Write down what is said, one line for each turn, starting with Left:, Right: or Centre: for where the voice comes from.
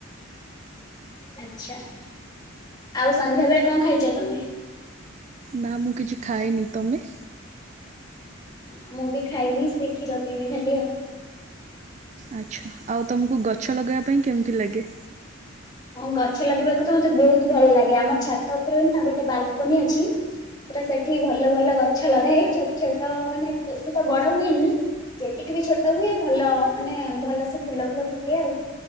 Left: ଆଛା ଆଉ ସନ୍ଧ୍ୟା ବେଳେ କଣ ଖାଇଛ ତମେ?
Right: ନା ମୁଁ କିଛି ଖାଇନି ତମେ?
Left: ଆଉ ମୁଁ ବି ଖାଇନି ସେ କ୍ଷୀର ପିଇବି ଖାଲି ଆଉ।
Right: ଆଚ୍ଛା ଆଉ ତମକୁ ଗଛ ଲଗେଇବା ପାଇଁ କେମିତି ଲାଗେ?
Left: ହଁ ଗଛ ଲଗେଇବାକୁ ତ ମତେ ବହୁତ ଭଲ ଲାଗେ ଆମ ଛାତ ଉପରେ ନା ଗୋଟେ ବାଲକୁନି ଅଛି। ପୁରା ସେଠି ଭଲ ଭଲ ଗଛ ଲଗାଏ ଛୋଟ ଛୋଟ ମାନେ ବେଶୀ ତ ବଡ ହୁଏନି। ଯେତିକି ବି ଛୋଟ ହୁଏ। ଭଲ ମାନେ ଭଲ ସେ ଫୁଲ ଫୁଲ ଫୁଟେ ଆଉ।